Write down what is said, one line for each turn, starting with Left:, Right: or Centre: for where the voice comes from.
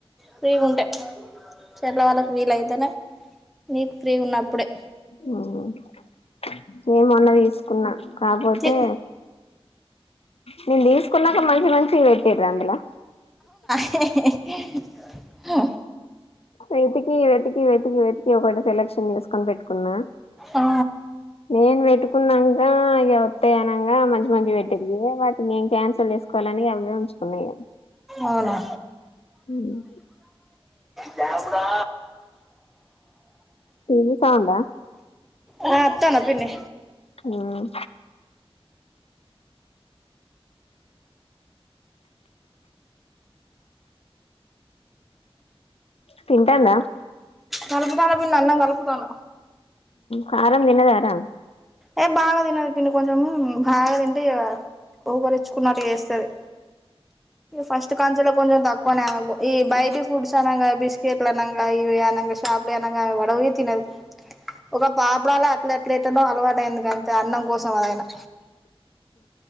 Centre: ఫ్రీగుంటే చెల్ల వాళ్ళకు వీలయితేనే నీకు ఫ్రీ ఉన్నప్పుడే
Left: ఉహు నేన్ మొన్న తీసుకున్నా కాపోతే
Centre: చి
Left: నేను తీసుకున్నాక మంచి మంచివి పెట్టిర అందులా
Centre: ఆ
Left: వెతికి వెతికి వెతికి వెతికి ఒకటి సెలక్షన్ చేసుకొని పెట్ కున్నా
Centre: ఆ
Left: నేను పెట్టుకున్నంక ఇగ వత్తాయి అన్ నంగా మంచి మంచి పెట్టిది వాటిని నేన్ క్యాన్సల్ చేసుకోలని అవే ఉంచుకున్నా ఇగ
Centre: అవునా
Left: ఉమ్
Centre: దేవుడా
Left: టీవీ సౌడ్ ఆ
Centre: ఆ అత్తన్న పిన్ని
Left: ఉమ్ తింటంద
Centre: కలుపుతాన పిన్ని అన్నం కలుపుతాన
Left: కారం తినదారా
Centre: ఏ బాగా తినది కొంచం బాగా తింటే ఇగ ఓగరి చ్చుకున్నట్టు చేస్తది ఫస్ట్ కంచెలో కొంచెం తక్కువనే అమేకు ఈ బయట్ ఫుట్స్ అనాంగా బిస్కెట్ల అనంగా ఇవి అనంగా షాప్లోవి అనంగా పడవు తినదు ఒక పాప్డలే అట్లా ఎట్లనో అలవాట్ టె ఎందుకంటే అన్నం కోసం అదైనా